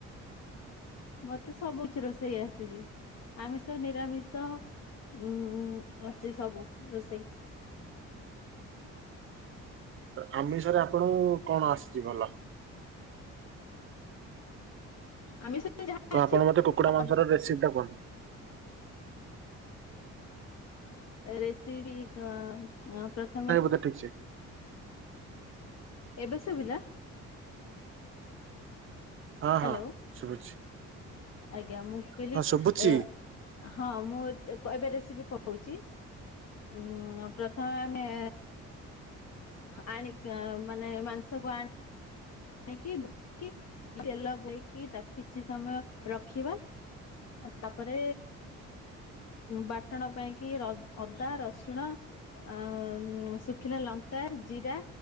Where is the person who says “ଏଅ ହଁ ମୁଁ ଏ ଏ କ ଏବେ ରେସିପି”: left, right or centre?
Left